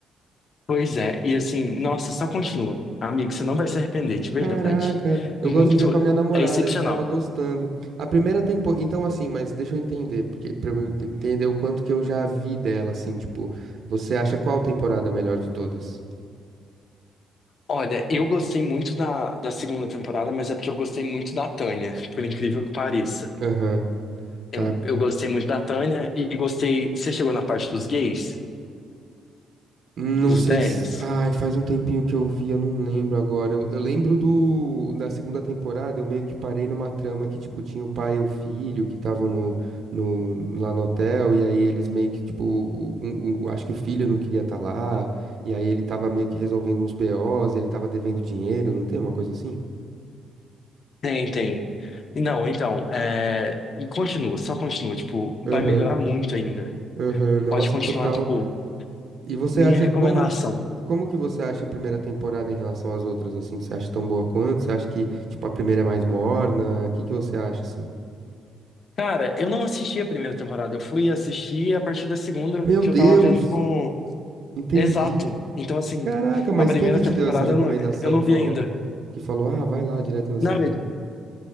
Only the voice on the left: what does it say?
Pois é. E assim, nossa, só continua. Amigo, você não vai se arrepender, de verdade.
Muito,
é excepcional.
Olha, eu gostei muito da, da segunda temporada, mas é porque eu gostei muito da Tânia, por incrível que pareça.
Eu, eu gostei muito da Tânia e gostei. Você chegou na parte dos gays?
Dos
velhos?
Tem, tem. Não, então, é... e continua, só continua, tipo, vai
melhorar muito ainda.
Pode continuar,
tipo,
minha
recomendação.
Cara, eu não assisti a primeira temporada, eu fui assistir a partir da segunda
que
eu tava vendo com.
Exato. Então, assim,
a primeira
temporada
eu não, eu não
vi
ainda.
Na
verdade,